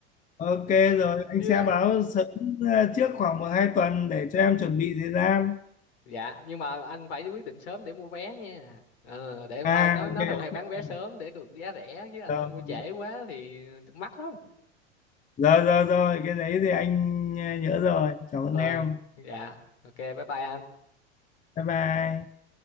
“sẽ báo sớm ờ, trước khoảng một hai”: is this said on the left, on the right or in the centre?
Left